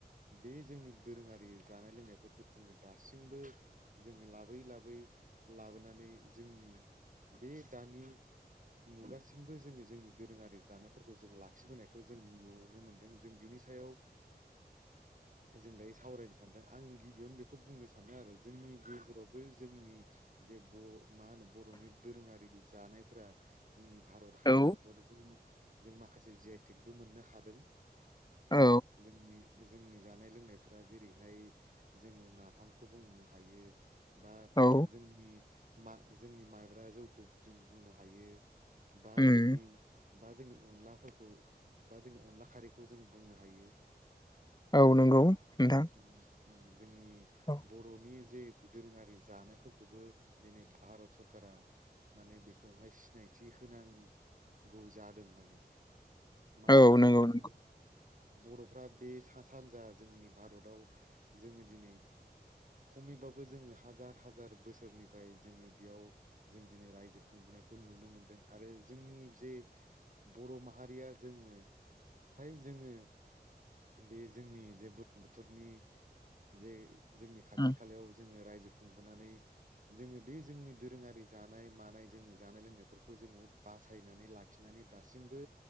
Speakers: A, on the right; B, on the left.
A: बे जोंनि दोरोङारि जानाय लोंनायफोरखौ जोङो दासिमबो जोङो लाबोयै लाबोयै लाबोनानै जोंनि बे दानि मुगा सिमबो जोङो जोंनि दोरोङारि जानायफोरखौ जों लाखिबोनायखौ जों नुनो मोनदों। जों बिनि सायाव जों दायो सावरायनो सानदों। आं गिबियावनो बेखौ बुंनो सानदों आरो जोंनि गेजेरावबो जोंनि जे बर' मा होनो बर'नि दोरोङारि जानायफोरा जोंनि भारत हादरजों
B: औ
A: जों माखासे जि आइ टेकबो मोननो हादों।
B: औ
A: जोंनि जोंनि जानाय लोंनायफोरा जेरैहाय जोङो नाफामखौ बुंनो हायो। बा
B: औ
A: जोंनि मा जोंनि माइब्रा जौखौ जों बुंनो हायो। बा
B: उम
A: जोंनि बा जोंनि अनलाफोरखौ बा जोंनि अनला खारैखौ जों बुंनो हायो।
B: औ नंगौ नोंथां।
A: उम उम। जोंनि
B: औ
A: बर'नि जे दोरोङारि जानायफोरखौबो दिनै भारत सरखारा माने बेखौहाय सिनायथि होनांगौ जादों माने। मानो
B: औ
A: होनबा
B: नंगौ
A: जों
B: नंगौ
A: बर' बर'फ्रा बे सा सानजा जोंनि भारताव जोङो दिनै खमैबाबो जोङो हाजार हाजार बोसोरनिफ्राय जोङो बेयाव जों दिनै रायजो खुंबोनायखौ नुनो मोनदों। आरो जोंनि जे बर' माहारिया जोङो फ्राय जोङो बे जोंनि जे बुर्लुंबुथुरनि जे जोंनि खाथि
B: उम
A: खालायाव जोङो राय जो खुंबोनानै जोङो बे जोंनि दोरोङारि जानाय मानाय जोंनि जानाय लोंनायफोरखौ जोङो बासायनानै लाखिनानै दासिमबो